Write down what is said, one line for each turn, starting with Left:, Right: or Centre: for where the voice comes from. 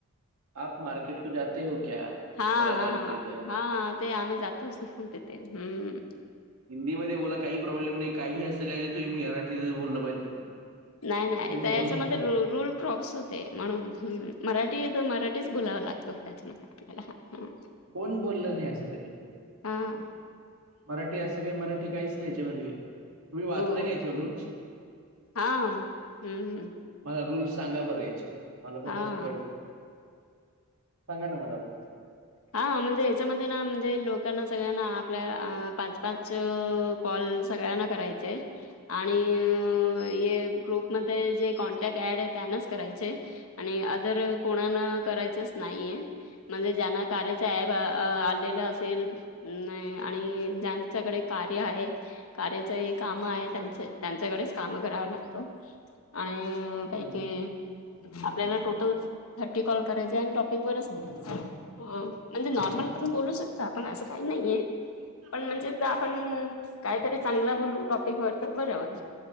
Right: आप मार्केट को जाते हो क्या?
Left: हा
Right: तलावाली
Left: हा
Right: के उधर.
Left: हा ते आम्ही जातोच ना तिथे हम्म
Right: हिंदीमध्ये बोला काही प्रॉब्लेम नाही काही असं काही नाही तुम्ही मराठीतच बोलं पाहिजे
Left: नाही नाही
Right: तुम्ही
Left: त्या
Right: बोला
Left: याच्या मध्ये
Right: प्रो
Left: रूल रुल् क्रॉप्स होते म्हणून मराठी तर मराठीच बोलावं लागतं त्याच्यामध्ये आपल्याला ह ह
Right: कोण बोललं नाही असं त्याच्यात?
Left: हम...
Right: मराठी असं काही मराठी काहीच नाही याच्या मध्ये तुम्ही वाचलंय
Left: हो
Right: का याचे रूल्स
Left: हा हम्म
Right: मला रूल्स सांगा बरं याचे मला पण
Left: हा
Right: तर कळू द्या सांगा ना मला रूल्स
Left: हा म्हणजे हच्यामध्ये ना म्हणजे लोकांना सगळ्यांना आपल्या अ पाच पाच कॉल सगळ्यांना करायचे. आणि हे ग्रुपमध्ये जे कॉन्टॅक्ट ऍड आहे त्यांनाच करायचे ए आणि आदर कोणाना करायचच नाहीये म्हणजे जां ना कार्याचे अँप आलेलं असेल नाही आणि ज्यांच्याकडे कार्य आहे कार्याच हि काम आहे
Right: हं,
Left: त्यांच त्यांच्याकडेच काम कराव लागत आणि काही
Right: हं.
Left: काही आपल्याला टोटल थर्टी कॉल करायचे आहे आणि टॉपिक वरच बोलाय चे ह म्हणजे नॉर्मल पण बोलू शकतो आपण असं काही नाहीये.
Right: हं,
Left: पण म्हणजे आपण
Right: हं.
Left: काहीतरी चांगलं बोलू टॉपिक वर तर बर होईल.